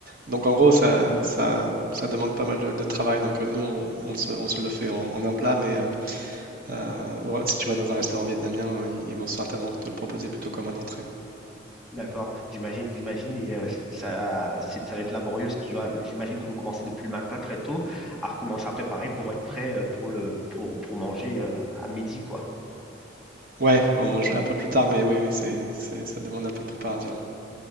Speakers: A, on the right (about 50°); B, in the centre.
A: Donc en gros, ça, ça, ça demande pas mal de, de travail. Donc euh, nous, on, on se, on se le fait en, en un plat, mais euh, euh, au- si tu vas dans un restaurant vietnamien, euh, ils ils vont certainement te le proposer plutôt comme un entrée.
B: D'accord, j'imagine, j'imagine, et euh, ça, c'est- ça va être laborieux. si Tu dois- J'imagine que vous commencez depuis le matin très tôt à recommencer à préparer pour être prêt euh, pour le, pour, pour manger euh, à midi, quoi.
A: Ouais, on mange un peu plus tard, mais oui, oui, c'est, c'est- ça demande un peu de préparation.